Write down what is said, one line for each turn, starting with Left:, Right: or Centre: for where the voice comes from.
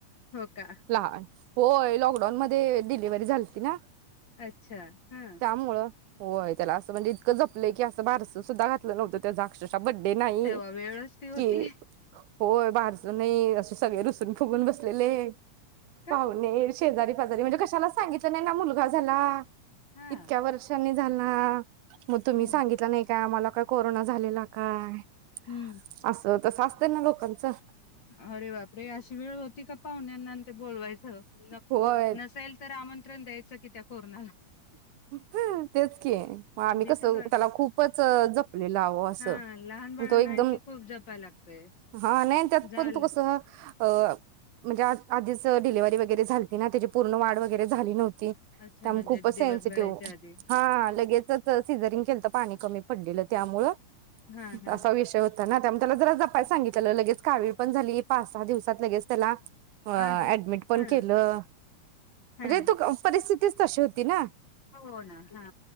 Left: हो का
Right: लहान होय लॉक पण मध्ये डिलिव्हरी झालती ना
Left: अच्छा हा
Right: त्यामुळ होय त्याला अस म्हणजे इतक जप अस की अस बारस सुधा घातल नव्हत अकर्ष हा बड्डे नाही
Left: तेव्हा वेळच ती होती
Right: की, होय बारसं नाई असे सगळे रुसून फुगून बसलेले.
Left: का
Right: पाव्हणे शेजारी पाजारी म्हणजे कशालाच सांगितलं नाही ना मुलगा झाला.
Left: हा
Right: इतक्या वर्षांनी त्यांना मग तुम्ही
Left: हम्म
Right: सांगितला नाही काय आम्हाला काय कोरोना झालेला काय?
Left: हूं
Right: असं तसं असतंय ना लोकांचं
Left: अरे बापरे अशी वेळ होती का पाहुण्याना बोलवायचं न
Right: होय
Left: नसेलं तर आमंत्रण द्याय सगळी त्या कोरोनाला
Right: <inaudible> तेच कि म आम्ही
Left: भीतीच
Right: कस त्याला
Left: वाटत
Right: खूपच जपलेलं आओ अस
Left: हा लहान बाळांना
Right: तो एकदम
Left: आणखी खूप जपाय लागतय
Right: हा नाई त्यात
Left: झाल
Right: पण तू कसं अ म्हणजे आ आधीच डिलिव्हरी वगैरे झालती ना त्याची पूर्ण वाढ वगैरे झाली नव्ह त्यामुळं
Left: अच्छा म्हणजे
Right: खूपच
Left: दिवस
Right: सेन्सी
Left: भरायच्या आधी
Right: हा लगेचचच सि रिंग केलत पाणी कमी पडलेलं त्यामुळ.
Left: हा हा
Right: असा विषय होता ना त्यामुळं त्याला जरा जपाय सांगितलेल लगेच कावीळ पण झाली पाच सहा दिवसात लगेच त्याला व्हय
Left: हा
Right: अ ऍडमिट पण
Left: हा
Right: केलं म्हणजे
Left: हा
Right: तुक अ परिस्थिती तीच तशी होती ना!
Left: हो ना हा